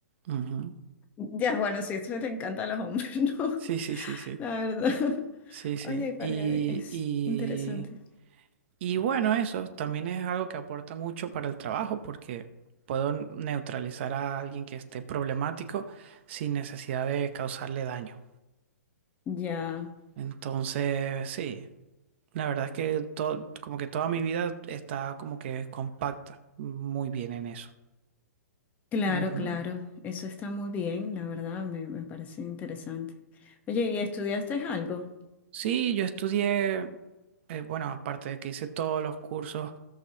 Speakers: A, on the right; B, on the left.
A: Ujú.
B: ya, bueno, sí, eso te encanta a los hombres, <laughs> ¿no?
A: Sí, sí, sí, sí.
B: La verdad.
A: Sí, sí.
B: Oye, pero
A: Y,
B: es
A: y,
B: interesante.
A: y bueno, eso también es algo que aporta mucho para el trabajo porque puedo neutralizar a alguien que esté problemático sin necesidad de causarle daño.
B: Ya,
A: Entonces, sí, La verdad es que todo, como que toda mi vida está como que compacta, muy bien en eso.
B: claro,
A: Ujú.
B: claro. Eso está muy bien, la verdad, me, me parece interesante. Oye, ¿y estudiaste algo?
A: Sí, yo estudié, eh, bueno, aparte de que hice todos los cursos